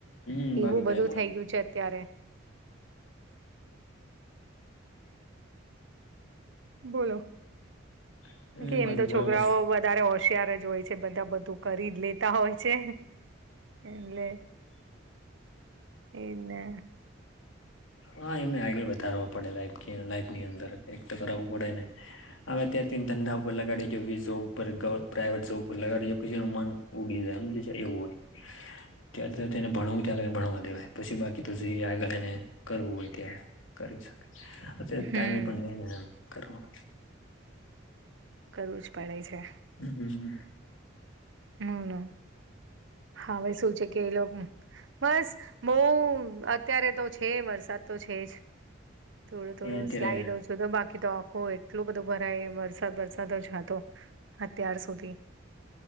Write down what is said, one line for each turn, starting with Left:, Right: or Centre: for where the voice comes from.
Left: હમ બાકી
Right: એવું બધું
Left: કઈ
Right: થઇ ગયું છે અત્યારે. બોલો
Left: મળે
Right: કે એમ
Left: બાકી
Right: તો
Left: બોલો
Right: છોકરાઓ
Left: વર્ષ
Right: વધ વધારે હોશિયાર જ હોય છે. બધા બધું કરી જ લેતા હોય છે એટલે એજ ને
Left: હા એમને આગળ વધારવા પડે લાઈફ કી લાઈફની અંદર કઈક તો કરાવવું પડે ને. હવે અત્યારે તો એમ ધંધા ઉપર લગાડી, <unintelligible> જોબ ઉપર પ્રાઈવેટ જોબ ઉપર લગાડી પછી એનું મન ઉડી જાય હમજી એવું હોય. ત્યારે તેને ભણું ત્યારે ભણવા દેવાય પછી બાકી તો જે આગળ એને કરવું હોય ત્યારે કરી શકે અત્યારે ટાઈમે
Right: હમ
Left: પણ નહી ને કરવા
Right: કરવું જ પડે છે.
Left: હમ હમ
Right: બોલો હવે શું છે કે એ લોકો બસ બહુ અત્યારે તો છે વરસાદ તો છે જ. થોડો થોડો
Left: એ અત્યારે
Right: સ્લાઈડ ઓછો તો બાકી તો આખો એ એટલું બધું ભરાય વરસાદ વરસાદ જ હતો અત્યાર સુધી.